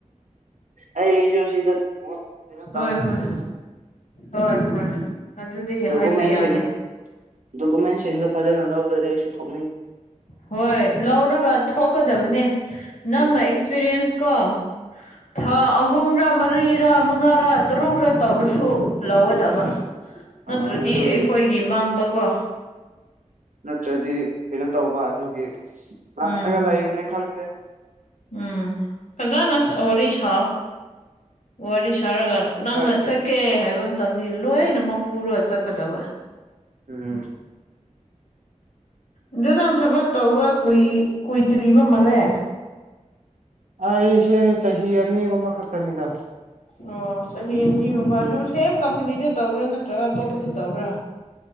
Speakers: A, on the right; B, on the left.
A: ꯑ ꯑꯩꯁꯨ ꯁꯤꯗ ꯀꯩꯅꯣ
B: ꯍꯣꯏ
A: ꯇꯧꯔꯕꯅꯤꯅ
B: ꯍꯣꯏ ꯍꯣꯏ ꯍꯣꯏ ꯑꯗꯨꯗꯤ
A: ꯗꯣꯀꯨꯃꯦꯟꯁꯤꯡ
B: ꯍꯥꯏꯕ ꯌꯥꯗꯦ
A: ꯗꯣꯀꯨꯃꯦꯟꯁꯤꯡꯗꯣ ꯐꯖꯅ ꯂꯧꯗꯔꯦ ꯑꯩꯁꯨ ꯊꯣꯛ
B: ꯍꯣꯏ ꯂꯧꯔꯒ ꯊꯣꯛꯀꯗꯕꯅꯦ ꯅꯪꯅ
A: ꯎꯝ
B: ꯑꯦꯛꯁꯄꯤꯔꯤꯌꯦꯟꯁ ꯀꯣ ꯊ ꯑꯍꯨꯝ ꯆꯝꯔ ꯃꯔꯤꯔꯥ ꯃꯉꯥꯔꯥ ꯇꯔꯨꯛꯔ ꯇꯧꯔꯁꯨ ꯂꯧꯒꯗꯕ ꯅꯠꯇ꯭ꯔꯗꯤ
A: ꯑꯥ ꯑꯗꯨꯒꯤ
B: ꯑꯩꯈꯣꯏꯒꯤ ꯃꯥꯡꯕꯀꯣ
A: ꯅꯠꯇ꯭ꯔꯗꯤ ꯀꯩꯅꯣ ꯇꯧꯕ ꯑꯗꯨꯒꯤ ꯉꯥꯏꯔꯒ
B: ꯎꯝ
A: ꯂꯩꯕꯅꯤ ꯈꯪꯗꯦ
B: ꯎꯝ ꯈꯖꯅꯁ ꯋꯥꯔꯤꯔꯤꯁ ꯍꯥꯎ ꯋꯥꯔꯤꯁ ꯈꯔꯒ ꯅꯪꯅ
A: ꯍꯣꯏ
B: ꯆꯠꯀꯦ ꯍꯥꯏꯕ ꯃꯇꯝꯗꯤ ꯂꯣꯏꯅꯃꯛ ꯄ ꯄꯨꯔꯣ ꯆꯀꯗꯕ
A: ꯎꯝ
B: ꯑꯗꯨ ꯅ ꯊꯕꯛ ꯇꯧꯕ ꯀꯨꯏ ꯑꯗꯨꯣ ꯏꯕ ꯃꯂꯦ
A: ꯑꯩ ꯑꯩꯁꯦ ꯆꯍꯤ ꯑꯅꯤꯒꯨꯝꯕ ꯈꯛꯇꯅꯤꯗ
B: ꯑꯣ ꯆꯍꯤ ꯑꯅꯤꯒꯨꯝꯕ ꯑꯗꯨ ꯁꯦꯝ ꯀꯝꯄꯅꯤꯗ ꯇꯧꯕ꯭ꯔꯥ ꯅꯠꯇ꯭ꯔꯒ ꯑꯇꯣꯞꯄꯗ ꯇꯧꯕ꯭ꯔꯥ